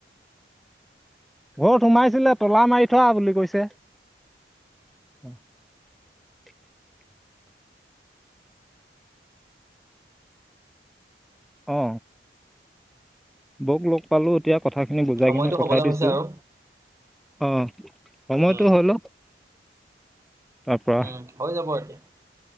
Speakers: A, in the centre; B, on the right.
A: ঘৰত সোমাইছিলে তলা মাৰি থোৱা বুলি কৈছে। <inaudible> অ বৌক লগ পালো এতিয়া কথাখিনি বুজাই
B: সময়টো
A: কিনে পঠাই
B: হ'বলৈ
A: দিছো।
B: হৈছে আৰু
A: অ সময়টো
B: উম
A: হ'ল, তাৰ পৰা।
B: উম হৈ যাব এতিয়া।